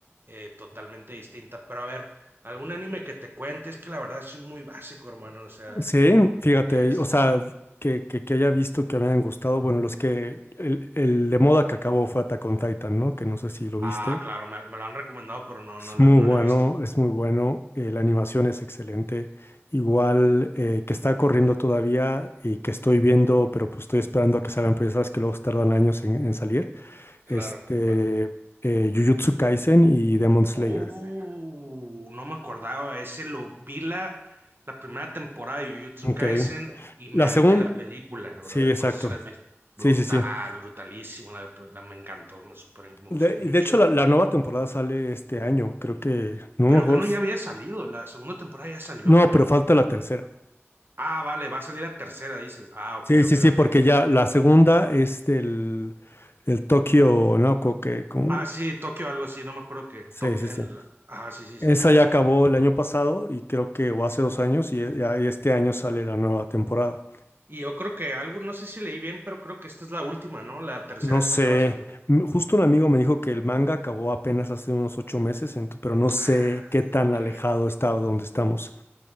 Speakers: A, on the right; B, on the left.
A: eh, totalmente distinta, pero a ver, algún anime que te cuente, es que la verdad es muy básico, hermano, o sea,
B: Sí, fíjate,
A: es...
B: o sea, que, que, que haya visto que me hayan gustado, bueno, los que, el, el de moda que acabó fue Attack on Titan, ¿no? Que no sé si lo
A: Ah,
B: viste.
A: claro, me, me lo han recomendado, pero no,
B: Es
A: no lo,
B: muy
A: no
B: bueno,
A: lo he visto.
B: es muy bueno, eh, la animación es excelente. Igual eh, que está corriendo todavía y que estoy viendo, pero pues estoy esperando a que salgan presas que luego tardan años en, en salir.
A: Claro,
B: Este, eh, Jujutsu Kaisen y Demon Slayer.
A: Oh, no me acordaba. Ese lo vi la, la primera temporada de Jujutsu
B: Ok.
A: Kaisen y me
B: La
A: aventé
B: segunda.
A: la película, brother.
B: Sí, exacto.
A: No sé si la has visto. Brutal,
B: Sí, sí, sí.
A: brutalísima. La, pues, la- me encantó, me super, me
B: De,
A: gustó
B: de
A: mucho.
B: hecho, la, la nueva temporada sale este año, creo que. No
A: Pero
B: me acuerdo.
A: que no ya había salido. La segunda temporada ya salió,
B: No,
A: que no.
B: pero falta la tercera.
A: Ah, vale, va a salir la tercera, dices. Ah, ok,
B: Sí, sí,
A: ok,
B: sí,
A: ok.
B: porque ya la segunda es del, del Tokio, ¿no? Co- Que, como-
A: Ah, sí, Tokio, algo así, no me acuerdo qué.
B: Sí,
A: Tokio,
B: sí, sí.
A: el... Ah, sí, sí, sí.
B: Esa ya acabó el año pasado y creo que, o hace dos años, y, e- ya- y este año sale la nueva temporada.
A: Y yo creo que algo, no sé si leí bien, pero creo que esta es la última, ¿no? La tercera
B: No
A: esta
B: sé,
A: que va a salir.
B: m- justo un amigo me dijo que el manga acabó apenas hace unos ocho meses, ento- pero no sé
A: Ah,
B: qué tan
A: ok,
B: alejado está de donde estamos.